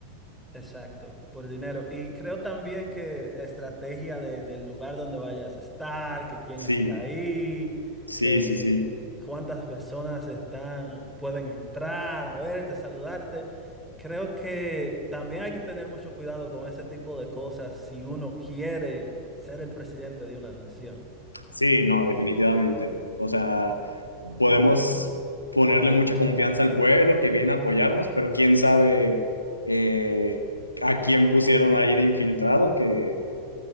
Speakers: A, in the centre; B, on the left (about 85°).
A: Exacto, por dinero. Y creo también que estrategia de- del lugar donde vayas a estar, que quién
B: Sí,
A: está ahí,
B: sí,
A: que
B: sí, sí.
A: cuántas personas están, pueden entrar a verte, saludarte. Creo que también hay que tener mucho cuidado con ese tipo de cosas si uno quiere ser el presidente de una nación.
B: Sí, no, definitivamente. O sea, podemos ponerle mucha confianza al pueblo que viene a apoyarnos, pero quién sabe eh, a quién pusieron ahí de infiltrado que,